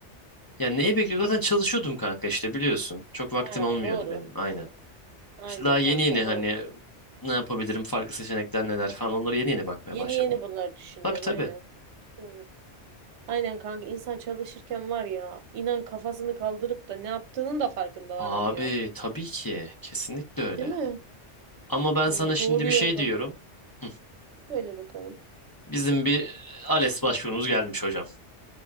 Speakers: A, on the left (about 25°); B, on the right (about 70°).
A: Ya neyi bekliyorum? Zaten çalışıyordum kanka işte biliyorsun. Çok vaktim
B: Ha,
A: olmuyordu
B: doğru.
A: benim. Aynen.
B: Aynen
A: İşte daha yeni
B: kanka
A: yeni hani
B: doğru.
A: ne yapabilirim, farklı seçenekler neler falan onları yeni yeni bakmaya
B: Yeni
A: başladım.
B: yeni bunları düşünüyorsun
A: Tabii tabii.
B: aynen. Doğru. Aynen kanka insan çalışırken var ya inan kafasını kaldırıp da ne yaptığının da farkında
A: Abi
B: varamıyor.
A: tabii ki. Kesinlikle öyle.
B: Değil mi?
A: Ama ben
B: Hani
A: sana şimdi
B: doğru
A: bir
B: yolda
A: şey diyorum.
B: mıyım?
A: Hı.
B: Söyle bakalım.
A: Bizim bir ALES başvurumuz gelmiş hocam.